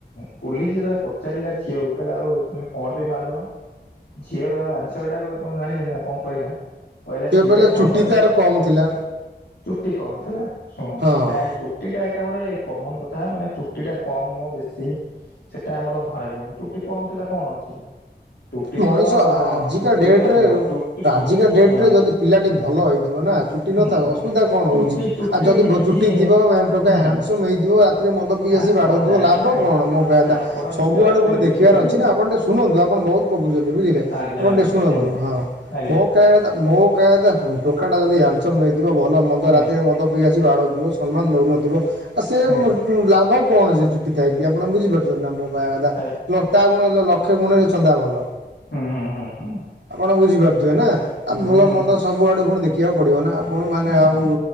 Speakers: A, on the left; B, on the right.
A: ହୁଁ। ପୁଲିସ୍ ଯେତେବେଳେ ପଚାରିଲା ଝିଅକୁ କହିଲା, ଆଉ ତମେ କଣ ପାଇଁ ମାରିଦେଲ? ଝିଅର ଆନ୍ସାରଟା କଣ ଆପଣ ଜାଣିଛନ୍ତି? ନା କଣ କଇଲା? କଇଲା ସିଏ
B: କହିଲା ଚୁଟି
A: ଚନ୍ଦା ଥେଲା।
B: ତାର କମ୍ ଥିଲା
A: ଚୁଟି କମ୍ ଥିଲା ଶୁଣୁ
B: ହଁ
A: ଏ ଚୁଟି ଟା ଏଇଟା ଗୋଟେ କମନ୍ କଥା ମାନେ ଚୁଟିଟା କମ୍ <unintelligible> ବେଶୀ। ସେଟା ଆମର ଧରାଯିବନି ଚୁଟି କମ୍ ଥିଲା କଣ ଅଛି। ଚୁଟି
B: ମଣିଷ
A: ତ
B: ଆ- ଆଜିକା
A: ଚୁଟି
B: ଡେଟ୍
A: ତ
B: ରେ
A: ଶୁଣ ଚୁଟି ଶୁ
B: ଆଜିକା ଡେଟ୍
A: ଶୁଣ
B: ରେ ଯଦି ପିଲାଟି ଭଲ ହେଇଥିବ ନା ଚୁଟି ନଥାଉ
A: ହୁଁ
B: ଅସୁବିଧା କଣ
A: ଚୁଟି
B: ହଉଛି?
A: ଚୁଟି
B: ଆ ଯଦି
A: ଠେଇଁ
B: ଭ
A: କିଛି
B: ଚୁଟି ଥିବ ହେ ଟୋକା
A: ହୁଁ
B: ହ୍ୟାଣ୍ଡ୍ସମ୍ ହେଇଥିବ ଆ ରେ ମଦ ପି ଆସି
A: ଆପଣ
B: ବାଡ଼ଉଥିବ
A: ଜାଣିପାର
B: ଲାଭ କଣ ମୋ କହିଆ କଥା,
A: ଆପଣ
B: ସବୁଆଡ଼ୁ
A: ନିଜ ଆଖିରେ
B: ପୁଣି
A: ଦେଖୁଥିବେ
B: ଦେଖିବାର ଅଛି ନାଁ ଆପଣ୍ ଟିକେ ଶୁଣନ୍ତୁ ଆପଣ୍ ବହୁତ୍ କହୁଛନ୍ତି ବଝିଲେ
A: ଆଜ୍ଞା
B: ଆପଣ
A: ଆଜ୍ଞା
B: ଟିକେ ଶୁଣନ୍ତୁ
A: କୁହନ୍ତୁ
B: ହଁ
A: ଆଜ୍ଞା
B: ମୋ କଇଆ କଥା ମୋ କଇଆ କଥା ଟୋକାଟା ଯଦି ହ୍ୟାଣ୍ଡସମ୍ ହେଇଥିବ, ଭଲ ମନ୍ଦ
A: ଆଜ୍ଞା
B: ରାତିରେ ମନ୍ଦ ପିଇ ଆସି ଆସି ବାଡ଼ଉଥିବ ସମ୍ମାନ ଦଉନଥିବ ଆ ସେ
A: ଆଜ୍ଞା
B: ଲାଭ କୌଣସି ଚୁଟି ଥାଇକି ଆପଣ ବୁଝିପାରୁଛନ୍ତି ନା ମୋ କଇବା କଥା
A: ଆଜ୍ଞା
B: ଲତା ଗୁଣରେ ଲକ୍ଷେ ଗୁଣରେ ଚନ୍ଦା ଭଲ। ଆପଣ
A: ହୁଁ ହୁଁ ହୁଁ ହୁଁ ହୁଁ
B: ବୁଝିପାରୁଥିବେ ନା ଆ ଭଲ
A: ହୁଁ ହୁଁ
B: ମନ୍ଦ
A: ହୁଁ
B: ସବୁ ଆଡୁ ପୁଣି ଦେଖି <unintelligible> ପଡ଼ିବ ନା ଆପଣ ମାନେ
A: ହୁଁ
B: ଆଉ
A: ହୁଁ